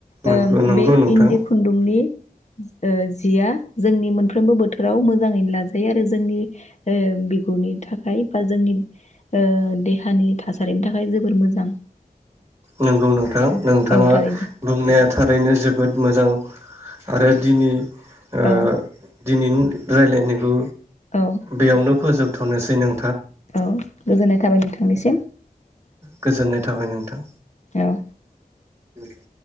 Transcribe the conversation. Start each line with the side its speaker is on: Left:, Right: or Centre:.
Right: नंगौ
Left: ओ
Right: नंगौ
Left: बे
Right: नोंथां
Left: इन्दि खुन्दुंनि ओ जिया जोंनि मोनफ्रोमबो बोथोराव मोजाङैनो लाजायो आरो जोंनि ओ बिगुरनि थाखाय ओ जोंनि ओ देहानि थासारिनि थाखाय जोबोर मोजां
Right: नंगौ नोंथां नोंथाङा
Left: औ थारैनो
Right: बुंनाया थारैनो जोबोद मोजां आरो दिनै ओ
Left: औ
Right: दिनैनि रायलायनायखौ
Left: औ
Right: बेयावनो फोजोबथ'नोसै नों
Left: औ गोजोननाय थाबाय नोंथांनिसिम
Right: गोजोननाय थाबाय नोंथां।
Left: औ।
Right: <inaudible>